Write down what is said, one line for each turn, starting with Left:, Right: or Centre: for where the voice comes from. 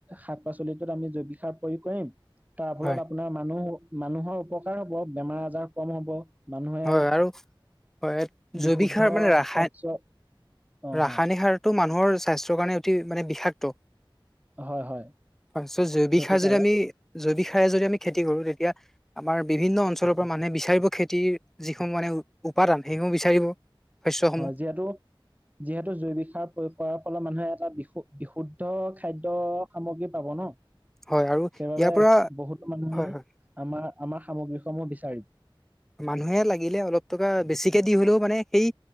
Right: শাক-পাচলিবোৰত আমি জৈৱিক সাৰ প্ৰয়োগ কৰিম। তাৰ ফলত
Centre: হয়
Right: আপোনাৰ মানুহৰ উপকাৰ হ'ব, বেমাৰ-আজাৰ কম হ'ব। মানুহে,
Centre: হয় আৰু হয় জৈৱিক
Right: বিশুদ্ধ
Centre: সাৰ মানে ৰাসায়ন
Right: শস্য অ
Centre: ৰাসায়নিক
Right: হয়
Centre: সাৰটো, মানুহৰ স্বাস্থ্যৰ কাৰণে অতি মানে বিষাক্ত।
Right: হয় হয়
Centre: হয়, জৈৱিক
Right: ক্ষতিকাৰক
Centre: সাৰ যদি আমি জৈৱিক সাৰে যদি আমি খেতি কৰো, তেতিয়া আমাৰ বিভিন্ন অঞ্চলৰ পৰা মানুহে বিচাৰিব। খেতিৰ যিসমূহ মানে, উপাদান, সেইসমূহ বিচাৰিব। শস্যসমূহ
Right: যিহেতু, যিহেতু জৈৱিক সাৰ, প্ৰয়োগ কৰাৰ ফলত মানুহে এটা বিশু বিশুদ্ধ খাদ্য সামগ্ৰী পাব ন,
Centre: হয় আৰু
Right: সেইবাবে
Centre: ইয়াৰ পৰা
Right: বহুতো মানুহে
Centre: হয় হয়
Right: আমাৰ, আমাৰ সামগ্ৰী সমূহ বিচাৰিব।
Centre: মানুহে লাগিলে, অলপ টকা বেছিকে দি, হ'লেও মানে সেই